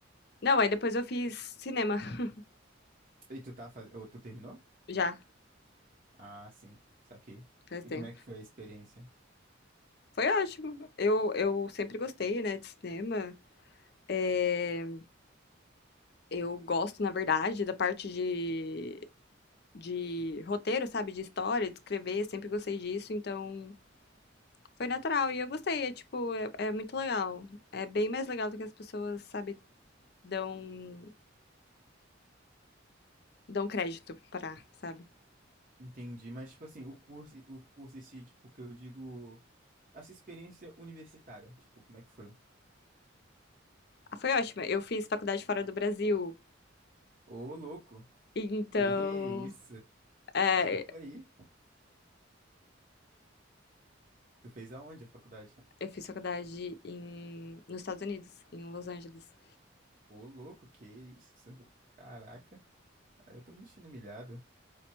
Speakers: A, on the left; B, on the right.
A: Não, aí depois eu fiz cinema, <laughs>
B: E tu tá fazendo, ou tu terminou?
A: já,
B: Ah, sim, saquei.
A: faz
B: E
A: tempo.
B: como é que foi a experiência?
A: Foi ótimo. Eu, eu sempre gostei, né, de cinema. É, eu gosto, na verdade, da parte de, de roteiro, sabe? De história, de escrever, sempre gostei disso, então foi natural. E eu gostei, é tipo, é, é muito legal. É bem mais legal do que as pessoas, sabe, dão, dão crédito pra, sabe?
B: Entendi, mas tipo assim, o curso, o curso em si, tipo, que eu digo, essa experiência universitária, tipo, como é que foi?
A: Ah, foi ótima. Eu fiz faculdade fora do Brasil.
B: Ô, louco,
A: Então,
B: que isso?
A: é,
B: Desculpa aí, tu fez aonde a faculdade?
A: eu fiz faculdade em, nos Estados Unidos, em Los Angeles.
B: Ô, louco, que isso? Caraca, aí eu tô me sentindo humilhado.